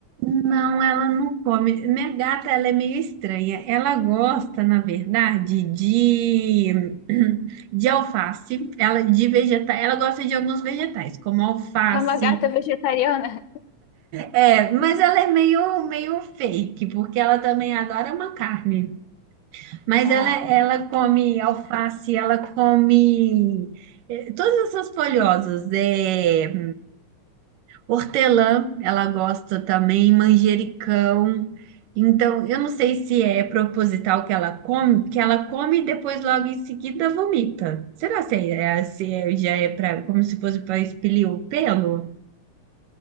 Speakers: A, on the right (about 85°); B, on the left (about 70°).
A: Não, ela não come. Minha gata, ela é meio estranha. Ela gosta, na verdade, de, <clears throat> de alface, ela de vegeta... ela gosta de alguns vegetais, como alface.
B: É uma gata vegetariana? <laughs>
A: É, mas ela é meio, meio fake, porque ela também adora uma carne. Mas
B: Ah.
A: ela, ela come alface, ela come eh, todas essas folhosas. É, hortelã, ela gosta também, manjericão. Então, eu não sei se é proposital que ela come, que ela come e depois logo em seguida vomita. Será se, é, se é- já é pra, como se fosse para expelir o pelo?